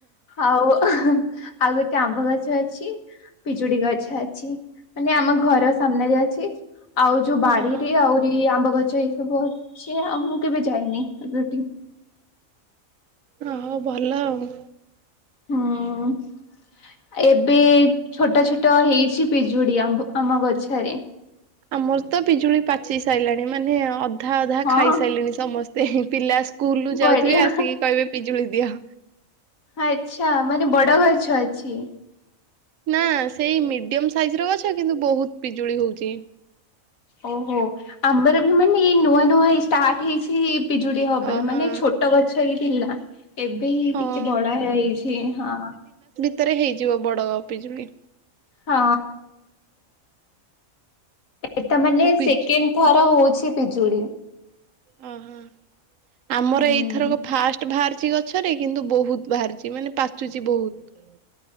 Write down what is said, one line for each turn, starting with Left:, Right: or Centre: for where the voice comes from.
Left: ଆଉ ଆଉ ଗୋଟେ ଆମ୍ବ ଗଛ ଅଛି, ପିଜୁଡି ଗଛ ଅଛି ମାନେ ଆମ ଘର ସାମ ଅଛି ଆଉ ଯୋଉ ବାଡିରେ
Right: ଓହୋ
Left: ଆହୁରି ଆମ୍ବ ଗଛ ଛ ଏ ସବୁ ଆଉ ମୁଁ କେବେ ଯାଇନି ରଟି
Right: ହଁ ହଉ ଭଲ ଆଉ
Left: ହୁଁ । ଏବେ ଛୋଟ ଛୋଟ ହେଇଚି ପିଜୁଡି ଆମ ଗଛରେ।
Right: ଆମର ତ ପିଜୁଳି ପାଚି ସାରିଲାଣି ମାନେ ଅଧା ଅଧା
Left: ହଁ
Right: ଖାଇସାରିଲିଣି ସମସ୍ ସ୍ତେ ପିଲା ସ୍କୁଲରୁ
Left: ବଢିଆ
Right: ଯାଉଥିବେ ଆସିକି କହିବେ ପିଜୁଳି ଦିଅ।
Left: ଆଚ୍ଛା ମାନେ ବଡ ଗଛ ଅଛି।
Right: ନା ସେଇ ମିଡିୟମ ସାଇଜର ଗଛ କିନ୍ତୁ ବହୁତ ପିଜୁଳି ହଉଛି।
Left: ଓହୋ ଆମର ବି ମାନେ ଏଇ ନୂଆ ନୂଆ ଏଇ ଷ୍ଟାର୍ଟ ହେଇଚି। ପିଜୁଡି ହବାର
Right: ଓହୋ।
Left: ମାନେ ଛୋଟ ଗଛ ହେଇ ଥିଲା। ଏବେ ହିଁ
Right: ହଁ
Left: ଟିକେ ବଡ ହେ ହେଇଛି ହଁ।
Right: ତୋର ହେଇଯିବ ବଡ଼ ପିଜୁଳି।
Left: ହଁ। ଏଟା
Right: ଆମ
Left: ମାନେ
Right: ପିଜ୍
Left: ସେକେଣ୍ଡ ଥର ହଉଚି ପିଜୁଳି।
Right: ଓହୋ ଆମର
Left: ହୁଁ
Right: ଏଇଥରକ ଫାଷ୍ଟ ଭାଆ ପାଚି ଗଛରେ କିନ୍ତୁ ବହୁତ ବାହାରିଚି ମାନେ ପାଚୁଛି ବହୁତ।